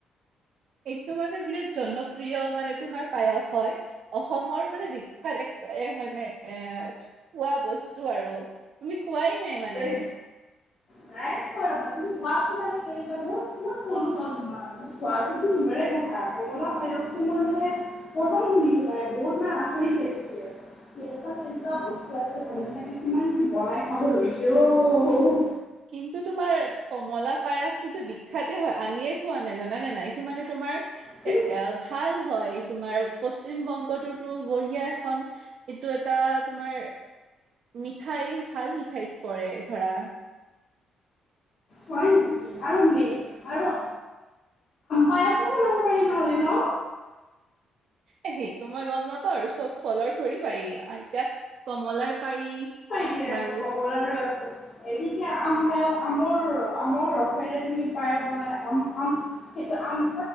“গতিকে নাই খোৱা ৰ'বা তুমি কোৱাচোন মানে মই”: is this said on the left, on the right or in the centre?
Left